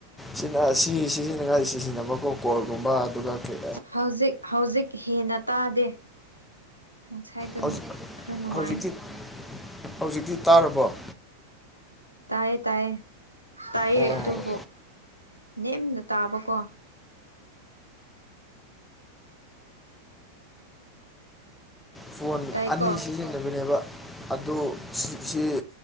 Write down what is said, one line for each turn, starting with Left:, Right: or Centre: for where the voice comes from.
Centre: ꯁꯤꯅ ꯁꯤ ꯁꯤꯖꯤꯟꯅꯉꯥꯏ ꯁꯤꯖꯤꯟꯅꯕꯀꯣ ꯀꯣꯔꯣꯜꯒꯨꯝꯕ ꯑꯗꯨꯒ ꯀꯩ꫰
Right: ꯍꯧꯖꯤꯛ ꯍꯧꯖꯤꯛ ꯍꯦꯟꯅ ꯇꯥꯗꯦ꯫ ꯉꯁꯥꯏꯗꯣ
Centre: ꯍꯧꯖꯤꯛ
Right: ꯈꯔ ꯅꯨꯡꯉꯥꯏ
Centre: ꯍꯧꯖꯤꯛꯇꯤ ꯍꯧꯖꯤꯛꯇꯤ ꯇꯥꯔꯕꯣ
Right: ꯇꯥꯏꯌꯦ ꯇꯥꯏꯌꯦ ꯇꯥꯏꯌꯦ
Centre: ꯑꯣ
Right: ꯑꯗꯨꯕꯨ ꯅꯦꯝꯅ ꯇꯥꯕꯀꯣ
Centre: ꯐꯣꯟ
Right: ꯇꯥꯏꯀꯣ
Centre: ꯑꯅꯤ ꯁꯤꯖꯤꯟꯅꯕꯅꯦꯕ ꯑꯗꯨ ꯁꯤ